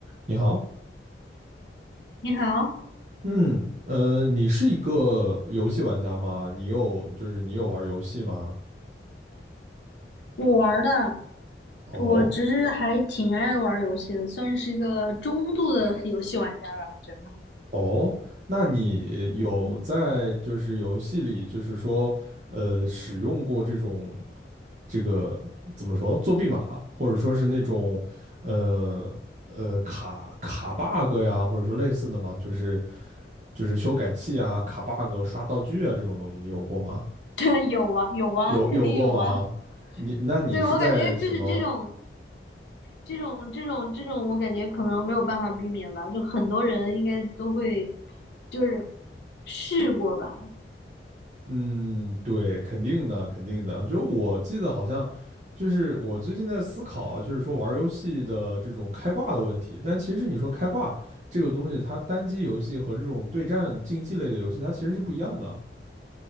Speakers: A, on the right (about 40°); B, on the left (about 80°).
A: 你好，
B: 你好，
A: 嗯，呃，你是一个游戏玩家吗？你有，就是你有玩游戏吗？
B: 我玩儿的，
A: 哦，
B: 我其实还挺爱玩儿游戏的，算是一个中度的游戏玩家吧，我觉得。
A: 哦，那你有在就是游戏里，
B: 嗯，
A: 就是说，呃，使用过这种这个怎么说作弊码，或者说是那种呃呃卡卡 bug 呀，或者说类似的吗？就是就是修改器啊、卡 bug、刷道具啊这种东西，你有过吗？
B: <laughs> 对，有啊，有啊，
A: 有有过吗？
B: 肯定有啊。
A: 你那你是在什么？
B: 对，我感觉就是这种、这种、这种、这种，我感觉可能没有办法避免吧，就很多人应该都会，就是试过吧。
A: 嗯，对，肯定的，肯定的。就是我记得好像，就是我最近在思考啊，就是说玩儿游戏的这种开挂的问题。但其实你说开挂这个东西，它单机游戏和这种对战竞技类的游戏，它其实是不一样的，